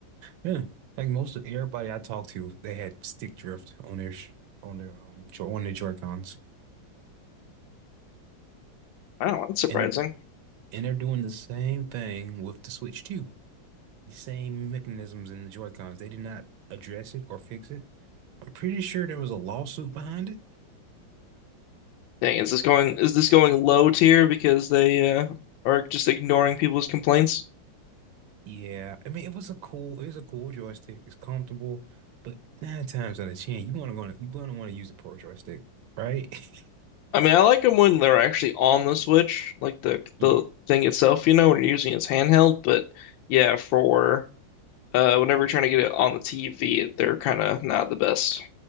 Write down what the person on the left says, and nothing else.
Wow, that's surprising.
Dang, is this going is this going low tier because they uh, are just ignoring people's complaints?
I mean, I like them when they're actually on the Switch, like the the
thing itself, you know, when you're using it as handheld. But yeah, for uh, whenever you're trying to get it on the TV, they're kind of not the best.